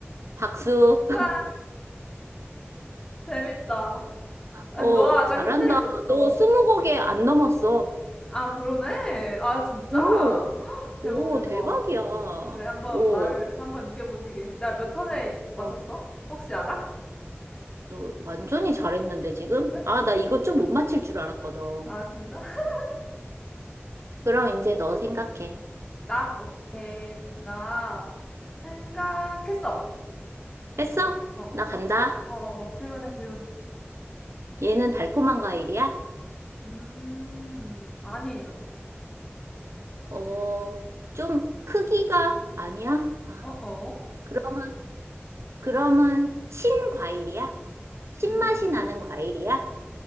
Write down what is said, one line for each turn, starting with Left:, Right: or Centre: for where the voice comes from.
Right: 박수.
Left: 와,
Right: <laughs>
Left: 재밌다. 아니,
Right: 어,
Left: 너가 아까
Right: 잘한다.
Left: 힌트를 줬어.
Right: 너 스무 곡에 안 넘었어.
Left: 아, 그러네. 아, 진짜?
Right: 오,
Left: <gasps> 헉, 대박,
Right: 오,
Left: 대박.
Right: 대박이야.
Left: 그래, 한번
Right: 오.
Left: 나를 한번 이겨보시게. 나 몇 턴에 맞췄어?
Right: 와.
Left: 혹시 알아?
Right: 너 완전히 잘했는데 지금?
Left: 그래?
Right: 아, 나 이거 좀 못 맞힐 줄 알았거든.
Left: 아, 진짜? <laughs>
Right: 그럼 이제 너 생각해.
Left: 나? 오케이. 나 생각했어.
Right: 했어?
Left: 어, 어.
Right: 나 간다.
Left: 어, 어, 어. 질문해, 질문.
Right: 얘는 달콤한 과일이야?
Left: 음, 아니에요.
Right: 어, 좀 크기가 아니야? 아,
Left: 어, 어.
Right: 그러면, 그러면 신과일이야? 신맛이
Left: 음.
Right: 나는 과일이야?